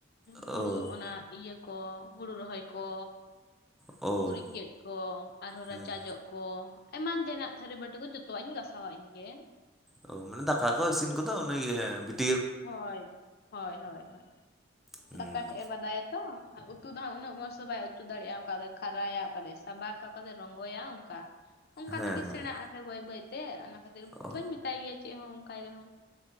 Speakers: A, in the centre; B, on the left (about 50°).
A: ᱚ
B: ᱦᱩᱲᱩ ᱚᱱᱟ ᱤᱭᱟᱹ <unintelligible> ᱦᱩᱲᱩ ᱨᱚᱦᱚᱭ ᱠᱚ᱾
A: ᱚ
B: ᱜᱩᱨᱤᱡ ᱜᱮᱡ ᱠᱚ ᱟᱨᱦᱚᱸ
A: ᱦᱮᱸ
B: ᱨᱟᱪᱟ ᱡᱚᱜ ᱠᱚ ᱮᱢᱟᱱ ᱛᱮᱱᱟᱜ ᱛᱷᱟᱹᱨᱤ ᱵᱟᱹᱴᱤ, <unintelligible> ᱡᱚᱛᱚᱣᱟᱜ ᱤᱧ ᱜᱟᱥᱟᱣᱟ ᱤᱧ ᱜᱮ᱾
A: ᱚ ᱢᱟᱱᱮ ᱫᱟᱠᱟ ᱠᱚ ᱤᱥᱤᱱ ᱠᱚ ᱫᱚ ᱩᱱᱤᱜᱮ᱾ <unintelligible>
B: ᱦᱳᱭ ᱦᱳᱭ ᱦᱳᱭ ᱦᱳᱭ
A: ᱦᱩᱸ
B: ᱫᱟᱠᱟ ᱴᱷᱮᱜ ᱮ ᱵᱟᱰᱟᱭᱟᱛᱚ᱾ ᱩᱛᱩ ᱫᱚ ᱦᱟᱸᱜ ᱩᱱᱟᱹᱜ ᱢᱚᱸᱡᱽ ᱫᱚ ᱵᱟᱭ ᱩᱛᱩ ᱫᱟᱲᱮᱜᱼᱟ ᱚᱠᱟ ᱫᱚᱭ ᱠᱷᱟᱨᱟᱭᱟ ᱚᱠᱟ ᱫᱚᱭ ᱥᱟᱵᱟᱠᱟ ᱚᱠᱟᱫᱚᱭ ᱨᱚᱝᱜᱚᱭᱟ ᱚᱱᱠᱟ᱾ ᱚᱱᱠᱟ
A: ᱦᱮᱸ
B: ᱛᱮᱜᱮ
A: ᱦᱮᱸ
B: ᱥᱮᱬᱟᱜ ᱟᱥᱮ ᱵᱟᱹᱭ ᱵᱟᱹᱭᱛᱮ ᱚᱱᱟ ᱠᱷᱟᱹᱛᱤᱨ
A: ᱚ
B: ᱵᱟᱹᱧ ᱢᱮᱛᱟᱭ ᱜᱮᱭᱟ ᱪᱮᱫ ᱦᱚᱸ ᱚᱱᱠᱟᱭ ᱨᱮᱦᱚᱸ᱾